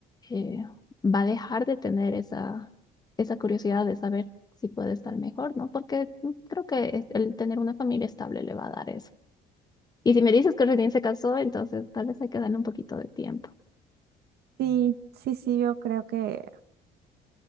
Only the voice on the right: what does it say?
Sí, sí, sí, yo creo que